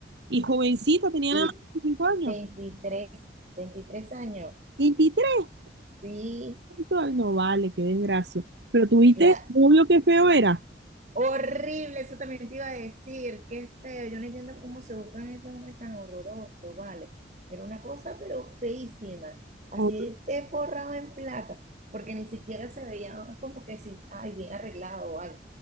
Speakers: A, on the right; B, on the right.
A: Y jovencita, tenía
B: Y
A: nada más 25 años.
B: 23, 23 años,
A: 23.
B: sí,
A: Ay, no vale, qué desgracia. Pero tuviste
B: claro.
A: novio, qué feo era.
B: Horrible, eso también te iba a decir, qué feo. Yo no entiendo cómo se buscan esos hombres tan horrorosos, vale. Era una cosa, pero feísima. Así
A: Hor-
B: te forrado en plata, porque ni siquiera se veía como que si, ay, bien arreglado o algo.